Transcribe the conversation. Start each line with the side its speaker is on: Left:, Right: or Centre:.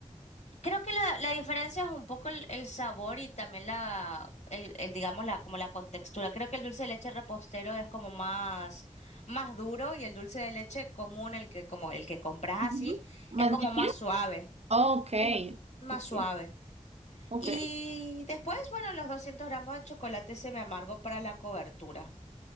Left: Creo que la, la diferencia es un poco el, el sabor y también la, el, el, digamos, la, como la contextura. Creo que el dulce de leche repostero es como más, más duro y el dulce de leche común, el que, como el que compras
Right: Ujú.
Left: así,
Right: ¿Más
Left: es como
Right: líquida?
Left: más suave.
Right: Okay,
Left: Es más
Right: okay,
Left: suave.
Right: okay.
Left: Y después, bueno, los 200 gramos de chocolate semi amargo para la cobertura.